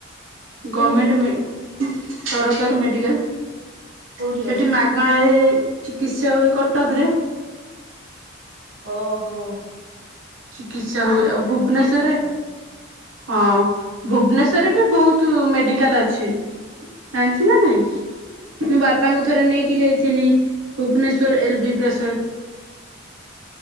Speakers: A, on the right; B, on the right.
A: ଗମେଣ୍ଟେ
B: କୋଉଠି
A: ସରକାରୀ ମେଡିକାଲ୍
B: କୋଉଠି
A: ସେଠି
B: ଅଛି
A: ମାଗଣାରେ ଚିକିତ୍ସା ହୁଏ। କଟକରେ
B: ଓହୋ।
A: ଚିକିତ୍ସା
B: ମା
A: ହୁଏ ଆଉ ଭୁବନେଶ୍ଵରରେ
B: ମାଗଣାରେ
A: ହଁ ଭୁବନେଶ୍ଵରରେ ବି ବହୁତ ମେଡିକାଲ୍ ଅଛି। ଯାଇଛୁ ନା ନାଇଁ? ମୁଁ ବାପାଙ୍କୁ ଥରେ ନେଇକି ଯାଇଥିଲି ଭୁବନେଶ୍ଵର ଏଲ ବି ପ୍ରସାଦ।